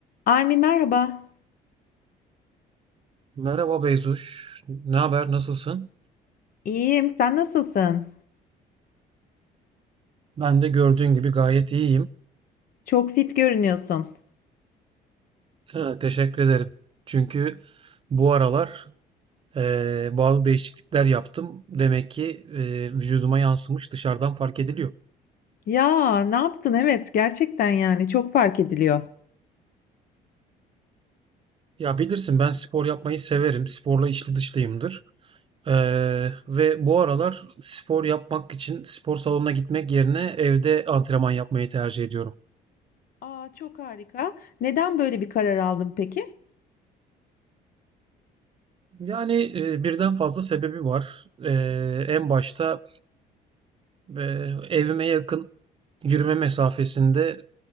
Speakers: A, on the left; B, on the right.
A: Armi merhaba.
B: Merhaba Beyzuş. Ne haber? Nasılsın?
A: İyiyim, sen nasılsın?
B: Ben de gördüğün gibi gayet iyiyim.
A: Çok fit görünüyorsun.
B: <laughs> Teşekkür ederim. Çünkü bu aralar eee, bazı değişiklikler yaptım. Demek ki eee, vücuduma yansımış dışarıdan fark ediliyor.
A: Ya ne yaptın? Evet, gerçekten yani çok fark ediliyor.
B: Ya bilirsin ben spor yapmayı severim. Sporla içli dışlıyımdır. Eee, ve bu aralar spor yapmak için spor salonuna gitmek yerine evde antrenman yapmayı tercih ediyorum.
A: Aa çok harika. Neden böyle bir karar aldın peki?
B: Yani e, birden fazla sebebi var. E, en başta Ve evime yakın yürüme mesafesinde